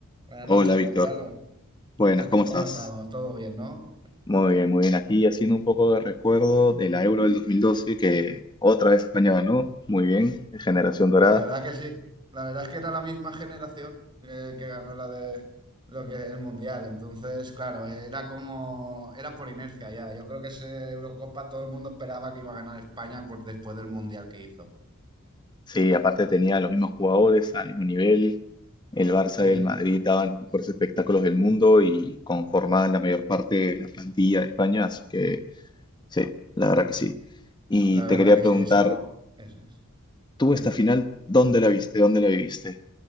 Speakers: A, on the right; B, on the left.
A: Buenas
B: Hola
A: noches,
B: Víctor,
A: Gonzalo.
B: buenas,
A: <laughs>
B: ¿cómo estás?
A: ¿Cómo estamos? ¿Todo bien, no?
B: Muy bien, muy bien. Aquí haciendo un poco de recuerdo de la Euro del 2012 que otra vez España ganó. Muy bien, generación dorada.
A: La verdad que sí. La verdad es que era la misma generación eh, que ganó la de lo que el Mundial. Entonces, claro, era como, era por inercia ya. Yo creo que ese Eurocopa todo el mundo esperaba que iba a ganar España por después del Mundial que hizo.
B: Sí, aparte tenía los mismos jugadores al mismo nivel. El Barça
A: Sí,
B: y el Madrid daban los mejores espectáculos del mundo y conformaban la mayor parte de la plantilla de España, así que sí, la verdad que sí. Y
A: la
B: te
A: verdad
B: quería
A: que
B: preguntar,
A: sí, eso, eso es.
B: ¿tú
A: Dime.
B: esta final dónde la viste? ¿Dónde la viviste?